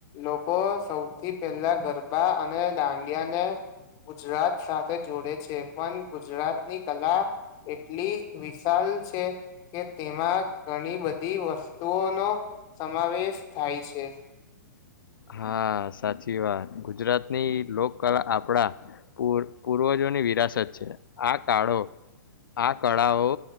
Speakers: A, on the left; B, on the left.
A: લોકો સૌથી પહેલા ગરબા અને દાંડિયાને ગુજરાત સાથે જોડે છે પણ ગુજરાતની કલા એટલી વિશાલ છે કે તેમાં ઘણી બધી વસ્તુઓનો સમાવેશ થાય છે.
B: હા, સાચી વાત ગુજરાતની લોકકલા આપણા પૂર્વજોની વિરાશત છે આ કાળો આ કળાઓ